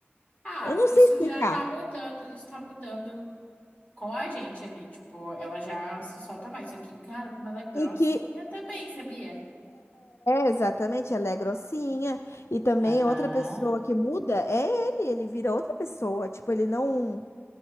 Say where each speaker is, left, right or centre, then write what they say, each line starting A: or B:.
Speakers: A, on the left; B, on the left.
A: Ah,
B: Eu não
A: isso
B: sei explicar.
A: já tá mudando, isso tá mudando com a gente ali, tipo, ela já se solta mais. Só que, cara, como ela é grossinha
B: E que
A: também, sabia?
B: Exatamente, ela é grossinha. E também
A: Aham.
B: outra pessoa que muda é ele, ele vira outra pessoa. Tipo, ele não.